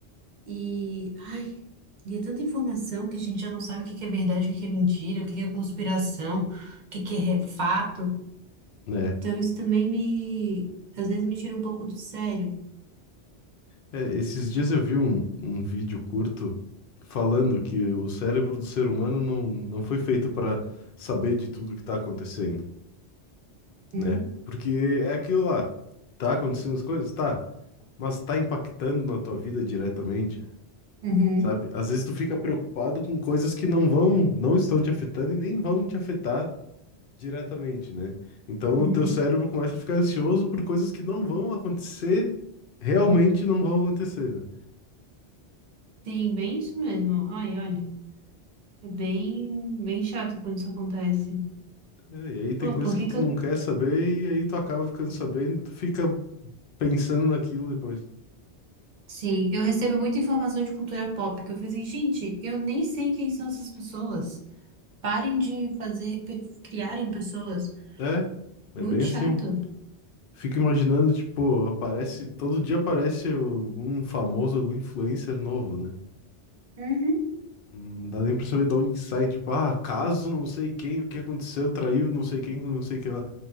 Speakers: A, on the right (about 50°); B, on the left (about 60°).
A: E, ai, e é tanta informação que a gente já não sabe o que que é verdade, o que que é mentira, o que que é conspiração, o que que é re- fato.
B: Né?
A: Então isso também me, às vezes me tira um pouco do sério.
B: É, esses dias eu vi um, um vídeo curto falando que o cérebro do ser humano não, não foi feito para saber de tudo que tá acontecendo,
A: Uhum,
B: né? Porque é aquilo lá, tá acontecendo as coisas? Tá, mas tá impactando na tua vida diretamente,
A: uhum,
B: sabe? Às vezes tu fica preocupado com coisas que não vão, não estão te afetando e nem vão te afetar diretamente, né? Então
A: uhum.
B: o teu cérebro começa a ficar ansioso por coisas que não vão acontecer, realmente não vão acontecer, né?
A: Sim, bem isso mesmo. Ai, olha, é bem, bem chato quando isso acontece.
B: É, e aí tem
A: Pô,
B: coisas
A: por
B: que
A: que
B: tu
A: que eu...
B: não quer saber e aí tu acaba ficando sabendo e tu fica pensando naquilo depois.
A: Sim, eu recebo muita informação de cultura pop que eu falei assim, gente, eu nem sei quem são essas pessoas. Parem de fazer, pe- criarem pessoas.
B: É, é
A: Muito
B: bem assim.
A: chato.
B: Fico imaginando, tipo, aparece, todo dia aparece algum famoso, algum influencer novo, né?
A: Uhum.
B: Não dá nem pra saber de onde que sai, tipo, ah, caso não sei quem, o que aconteceu, traiu não sei quem, com não sei quem lá.